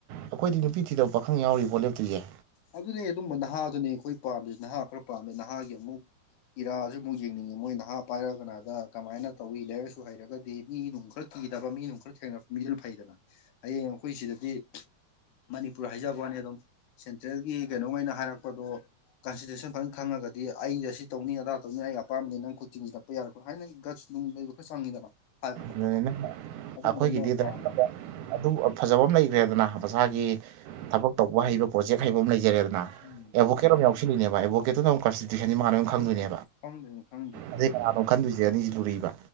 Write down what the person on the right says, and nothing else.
ꯑꯩꯈꯣꯏꯗꯤ ꯅꯨꯄꯤ ꯊꯤꯗꯕ ꯄꯥꯈꯪ ꯌꯥꯎꯔꯤ ꯕꯣꯠ ꯂꯦꯞꯇꯣꯢꯁꯦ
ꯑꯗꯨꯅ
ꯑꯩꯈꯣꯏꯒꯤꯗꯤ
ꯑꯗꯨ ꯐꯖꯕ ꯑꯃ ꯂꯩꯈ꯭ꯔꯦꯗꯅ ꯃꯁꯥꯒꯤ
ꯊꯕꯛ ꯇꯧꯕ ꯍꯩꯕ ꯄ꯭ꯔꯣꯖꯦꯛ ꯍꯩꯕ ꯑꯃ ꯂꯩꯔꯦꯗꯅ
ꯑꯦꯕꯣꯀꯦ ꯑꯃ ꯌꯥꯎꯁꯤꯜꯂꯤꯅꯦꯕ ꯑꯦꯕꯚꯣꯀꯦꯠꯇꯨ ꯑꯃꯨ ꯀꯟꯁꯇꯤꯇꯌꯨꯁꯟ ꯃꯥ ꯂꯣꯢ ꯈꯪꯗꯣꯏꯅꯦ
ꯑꯗꯩ ꯀꯅꯥꯅꯣ ꯈꯟꯗꯣꯏꯁꯦ ꯑꯅꯤꯁꯤ ꯂꯨꯔꯤꯕ